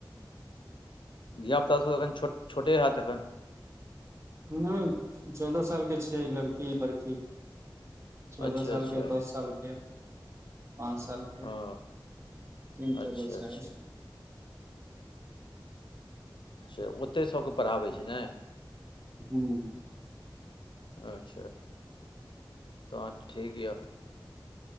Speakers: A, on the left; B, on the right.
A: धिया पुता सब अखन छोट छोटे होयत अखन
B: हूँ चौदह साल के छय लड़की बड़की चौदह
A: अच्छा
B: साल
A: अच्छा
B: के दस साल के पाँच साल के
A: हँ
B: तीन
A: अच्छा
B: टा बच्चा
A: अच्छा
B: अइछ
A: ओ ओते सबके पढ़ाबै छय ने
B: हूँ
A: अच्छा तह ठीक य